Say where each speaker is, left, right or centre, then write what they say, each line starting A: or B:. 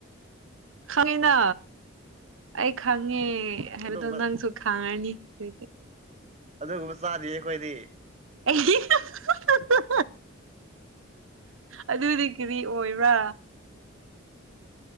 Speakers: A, on the right (about 75°); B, on the right (about 30°).
A: ꯈꯪꯉꯤꯅ ꯑꯩ ꯈꯪꯉꯦ ꯍꯥꯏꯕꯗꯣ
B: ꯑꯗꯨꯒꯨꯝꯕ
A: ꯅꯪꯁꯨ ꯈꯪꯔꯅꯤ ꯑꯗꯨꯗꯤ
B: ꯑꯗꯨꯒꯨꯝꯕ ꯆꯥꯗꯤꯌꯦ ꯈꯣꯏꯗꯤ
A: <unintelligible> ꯑꯗꯨꯗꯤ ꯀꯔꯤ ꯑꯣꯏꯕ꯭ꯔꯥ